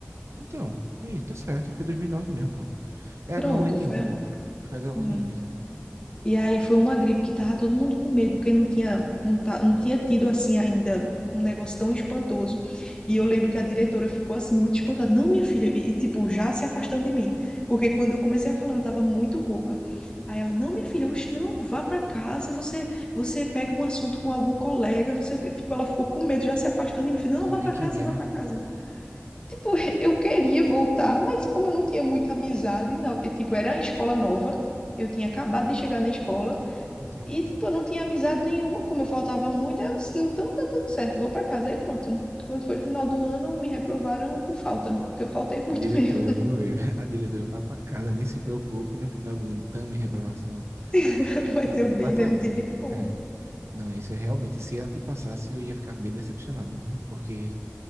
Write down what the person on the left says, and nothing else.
Pronto, foi
assim.
E aí foi uma gripe que tava todo mundo com medo, porque não tinha, não, tá, não tinha tido assim ainda um negócio tão espantoso. E eu lembro que a diretora ficou assim muito espantada. Não, minha filha, e tipo, já se afastando de mim, porque quando eu comecei a falar, eu tava muito rouca. Aí ela, não, minha filha, hoje não, vá para casa, você você pega um assunto com algum colega, não sei o quê. Tipo, ela ficou com medo, já se afastando de mim, não,
vá
para
casa, vá
para casa. Tipo, <laughs> eu queria voltar, mas como eu não tinha muita amizade, não, eu, tipo, era a escola nova, eu tinha acabado de chegar na escola.
E, tipo, eu não tinha amizade nenhuma, como eu faltava muito, aí eu disse, então tá tudo certo, vou pra casa, aí pronto. Quando foi no final do ano, me reprovaram por falta, porque eu faltei muito
mesmo.
<laughs> Vai
ter
o bem, né?
Não
tem nem como.